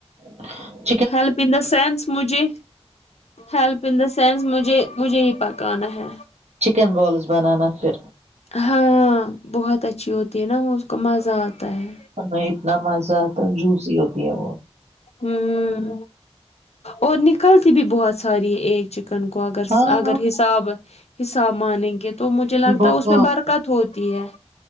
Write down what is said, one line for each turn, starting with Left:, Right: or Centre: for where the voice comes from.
Right: اہ
Left: ہیلپ ان دا سینس مجھے ہیلپ ان دا سینس مجھے مجھے ہی پکانا ہے
Right: چکن بولز بنانا پھر
Left: ہاں بہت اچھی ہوتی ہے نا وہ اس کو مزہ آتا ہے
Right: تو اتنا مزہ تھا جوسی ہوتی ہے وہ
Left: ہمم اور نکلتی بھی بہت ساری ہے ایک چ کن کو اگر
Right: ہاں
Left: اگر حساب حساب مانے گے تو مجھے لگتا
Right: بہت
Left: ہے اس میں برکت ہوتی ہے